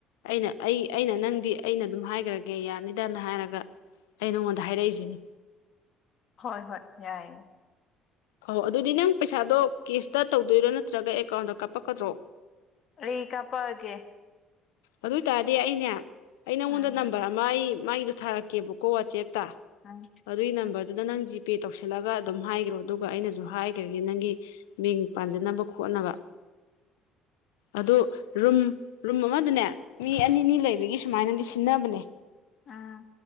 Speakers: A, on the left; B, on the left.
A: ꯑꯩꯅ ꯑꯩ ꯑꯩꯅ ꯅꯪꯗꯤ ꯑꯩꯅ ꯑꯗꯨꯝ ꯍꯥꯏꯈ꯭ꯔꯒꯦ ꯌꯥꯅꯤꯗꯅ ꯍꯥꯏꯔꯒ ꯑꯩ ꯅꯉꯣꯟꯗ ꯍꯥꯏꯔꯛꯏꯁꯤꯅꯤ
B: ꯍꯣꯏ ꯍꯣꯏ ꯌꯥꯏ
A: ꯍ ꯑꯗꯨꯗꯤ ꯅꯪ ꯄꯩꯁꯥꯗꯣ ꯀꯦꯁꯇ ꯇꯧꯗꯣꯏꯔꯣ ꯅꯠꯇ꯭ꯔꯒ ꯑꯦꯀꯥꯎꯟꯗ ꯀꯥꯞꯄꯛꯀꯗ꯭ꯔꯣ
B: ꯑ ꯀꯄꯑꯒꯦ
A: ꯑꯗꯨ ꯑꯣꯏ ꯇꯔꯗꯤ ꯑꯩꯅꯦ ꯑꯩ ꯅꯪꯉꯣꯟꯗ
B: ꯎꯝ
A: ꯅꯝꯕꯔ ꯑꯃ ꯑꯩ ꯃꯥꯒꯤꯗꯣ ꯊꯥꯔꯛꯀꯦꯕꯀꯣ ꯑꯆꯦꯞ ꯑꯗꯨ
B: ꯎꯝ
A: ꯑꯗꯨꯏ ꯅꯝꯕꯔ ꯑꯗꯨꯗ ꯅꯪ ꯖꯤꯄꯦ ꯇꯧꯁꯤꯜꯂꯒ ꯑꯗꯨꯝ ꯍꯥꯏꯈ꯭ꯔꯣ ꯑꯗꯨꯒ ꯑꯩꯅꯁꯨ ꯍꯥꯏꯈ꯭ꯔꯒꯦ ꯅꯪꯒꯤ ꯃꯤꯡ ꯄꯥꯟꯖꯅꯕ ꯈꯣꯠꯅꯕ ꯑꯗꯨ ꯔꯨꯝ ꯔꯨꯝ ꯑꯃꯗꯅꯦ ꯃꯤ ꯑꯅꯤꯅꯤ ꯂꯩꯕꯒꯤ ꯁꯨꯃꯥꯏꯅꯗꯤ ꯅꯥꯕꯅꯦ
B: ꯑꯥ